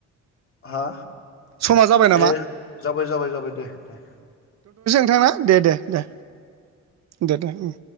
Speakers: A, on the left (about 45°); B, on the right (about 60°).
A: हा
B: समा जाबाय नामा
A: ए जाबाय जाबाय जाबाय दे दे
B: नोंथाङा दे दे दे दे दे